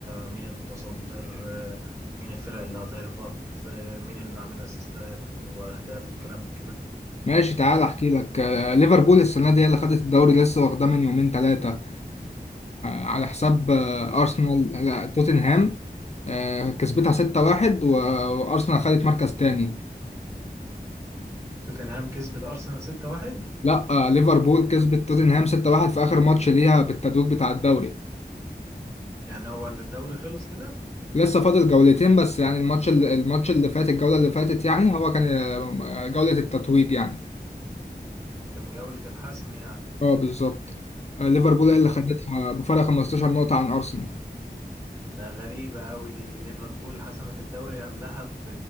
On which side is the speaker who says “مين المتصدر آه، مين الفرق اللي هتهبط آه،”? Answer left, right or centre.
Right